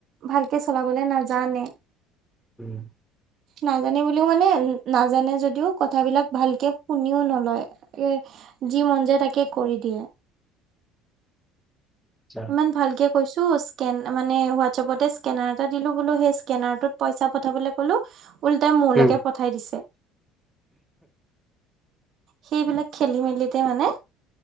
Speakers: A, on the right; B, in the centre.
A: ভালকে চলাবলৈ নাজানে।
B: উম।
A: নাজানে বুলিও মানে, নাজানে যদিও কথাবিলাক ভালকে শুনিও নলয়। এ যি মন যায় তাকে কৰি দিয়ে।
B: আচ্ছা।
A: ইমান ভালকে কৈছো, স্কেন মানে হোৱাটছাপতে স্কেন স্কেনাৰ এটা দিলো বোলো, সেই স্কেনাৰটোত পইচা পঠাবলৈ ক'লো উল্টাই মোৰলৈকে
B: উম
A: পঠাই দিছে। সেইবিলাক খেলি মেলিতে মানে